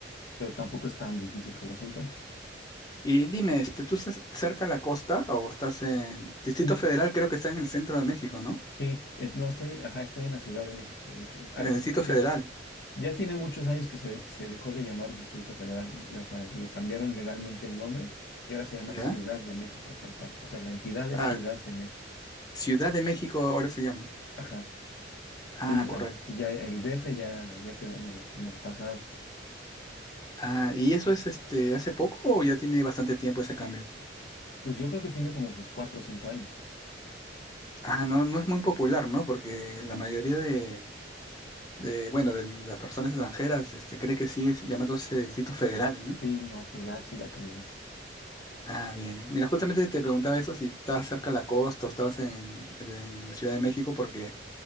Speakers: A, on the left (about 60°); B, on the left (about 20°).
A: pero tampoco es tan difícil que los encuentres.
B: Y dime, este, ¿tú estás cerca a la costa o estás en Distrito
A: Mm,
B: Federal? Creo que está en el centro de México, ¿no?
A: Sí, es, no estoy, ajá, estoy en la Ciudad de México, de hecho, en- ah,
B: En El Distrito
A: ya,
B: Federal,
A: ya tiene muchos años que se, que se dejó de llamar Distrito Federal, la- o sea, le cambiaron legalmente el nombre y ahora se llama
B: ¿ya?
A: Ciudad de México, tal cual, o sea, la entidad es
B: Ah,
A: Ciudad de México,
B: Ciudad de México ahora se llama.
A: ajá, sí,
B: Ah, correcto.
A: así, sí, ya el D F ya, ya quedó en el, en el pasado,
B: Ah, ¿y eso es este hace poco o ya tiene bastante tiempo ese cambio?
A: pues yo creo que tiene como sus cuatro o cinco años,
B: Ah, no, no es muy popular, ¿no? Porque la mayoría de, de, bueno, de las personas extranjeras este, cree que sigue llamándose Distrito Federal, ¿no?
A: sí, no, pues ya, sí, ya cambió,
B: Ah, bien. Mira, justamente te preguntaba eso, si estabas cerca de la costa o estabas en, en la Ciudad de México, porque